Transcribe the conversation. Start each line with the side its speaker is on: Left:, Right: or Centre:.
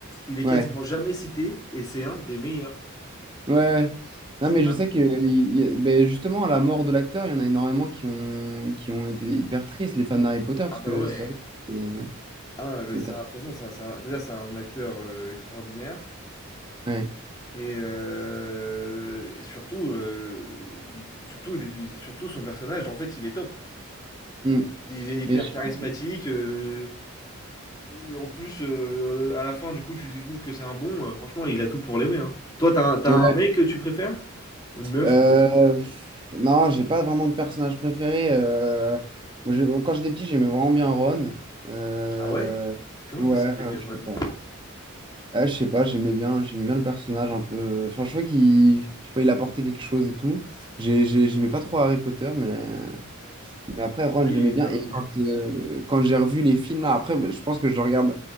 Left: il est
Right: Ouais.
Left: quasiment jamais cité, et c'est un des meilleurs.
Right: Ouais, ouais.
Left: C'est
Right: Non, mais
Left: vraiment...
Right: je sais que il- il- ben, justement, à la mort de l'acteur, il y en a énormément qui ont, qui ont été hyper tristes, les fans d'Harry Potter, parce
Left: Ah bah
Right: que
Left: ouais.
Right: c'est vrai que c'était. euh,
Left: Ah, ouais, bah,
Right: c'était-
Left: c'est un- De toute façon, c'est un- c'est un- déjà, c'est un acteur euh, extraordinaire.
Right: Ouais.
Left: Et, euh, et surtout, euh, surtout, il est- surtout son personnage, en fait, il est top.
Right: Hmm.
Left: Il est hyper
Right: Mais je sais
Left: charismatique.
Right: pas.
Left: euh, il- en plus, euh, à la fin, du coup, tu découvres que c'est un bon. euh, franchement, il a tout pour l'aimer. Hein. Toi, t'as un, t'as
Right: Ouais.
Left: un mec que tu préfères? Une meuf?
Right: Euh,
Left: d'ailleurs.
Right: non, j'ai pas vraiment de personnage préféré. euh, moi, j'ai- quand j'étais petit, j'aimais vraiment bien Ron. Euh,
Left: Ah ouais? Comment
Right: ouais,
Left: c'est possible, t'aimer
Right: euh, je
Left: Ron?
Right: sais pas. Ouais, je sais pas, j'aimais bien, j'aimais bien le personnage un peu. Enfin, je trouvais qu'il, je sais pas, il apportait quelque chose et tout. J'ai- j'ai- J'aimais pas trop Harry Potter, mais. Mais après, Ron,
Left: Oui,
Right: je l'aimais bien.
Left: bah
Right: Et
Left: oui.
Right: quand, euh, quand j'ai revu les films, là, après, je pense que je le regarde,